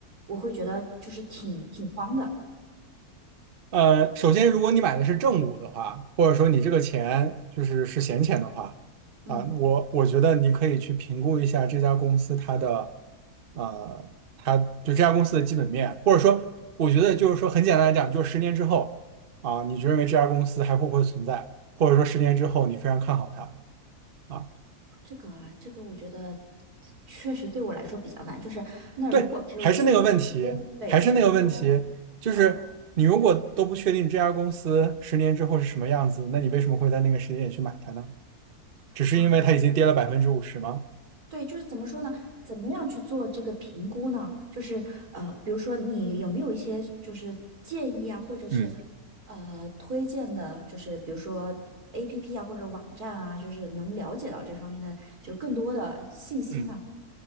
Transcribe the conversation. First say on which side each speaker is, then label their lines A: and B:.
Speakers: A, on the right; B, on the right.
A: 我会觉得就是挺挺慌的。
B: 呃，首先，如果你买的是正股的话，或者说你这个钱就是是闲钱的话，啊，
A: 嗯
B: 我我觉得你可以去评估一下这家公司它的，呃，它就这家公司的基本面，或者说，我觉得就是说很简单来讲，就是十年之后，啊，你就认为这家公司还会不会存在，或者说十年之后你非常看好它。啊。
A: 这个这个，我觉得确实对我来说比较难。就是那如果是我去做评估，
B: 对，还是那个问题，
A: 对，
B: 还是那个问题，
A: 就是比如说，
B: 就是你如果都不确定这家公司十年之后是什么样子，
A: 嗯
B: 那你为什么会在那个时间点去买它呢？只是因为它已经跌了百分之五十吗？
A: 啊，对，就是怎么说呢？怎么样去做这个评估呢？就是呃，比如说你有没有一些就是建议啊，或者是
B: 嗯
A: 呃推荐的，就是比如说 APP 啊或者网站啊，就是能了解到这方面的就更多的信息呢？
B: 嗯，